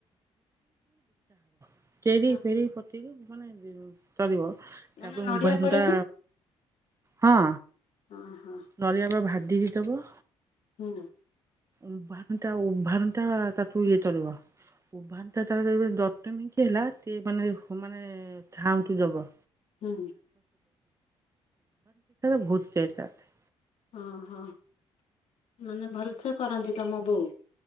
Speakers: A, on the right; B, on the left.
A: <inaudible> ଫେରି
B: ହଁ
A: ଫେରି ପତି ମାନେ ଚଳିବ ତାପରେ
B: ମାନେ ନଡିଆ
A: ଉଭାଣ୍ଡ
B: ପଡେ
A: ତା
B: ନା
A: ହଁ।
B: ହଁ ହଁ।
A: ନଡ଼ିଆ ବା ଭାଜିକି ଦବ?
B: ହୁଁ।
A: ଉଭାନଟା ଉଭାନଟା ତାକୁ ଇଏ କରିବ। ଉଭାନ ଟା ତାଦେହରେ ଯଦି ହେଲା ମାନେ ଝାଉଁ କି ହବ।
B: ହୁଁ
A: <unintelligible>
B: ହଁ ହଁ, ମାନେ ଭଲସେ କରନ୍ତି ତମ ବୋଉ?